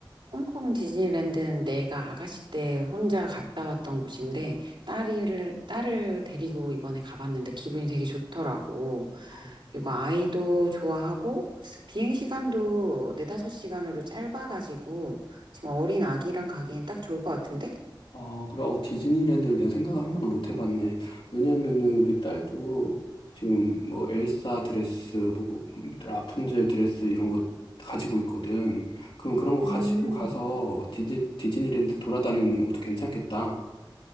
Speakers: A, on the right (about 85°); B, on the left (about 85°).
A: 홍콩 디즈니랜드는 내가 아가씨 때 혼자 갔다 왔던 곳인데 딸을, 딸을 데리고 이번에 가봤는데 기분이 되게 좋더라고.
B: 아,
A: 그리고 아이도 좋아하고 비행 시간도 네다섯 시간으로 짧아가지고 지금 어린 아기랑 가기엔 딱 좋을 것 같은데?
B: 아, 그래. 어, 디즈니랜드를 내가 생각을 한 번도 못 해봤네. 왜냐면은 우리 딸도 지금 뭐 엘사 드레스, 뭐 라푼젤 드레스 이런 거 가지고 있거든. 그럼 그런 거
A: 음.
B: 가지고 가서 디즈, 디즈니랜드 돌아다니는 것도 괜찮겠다.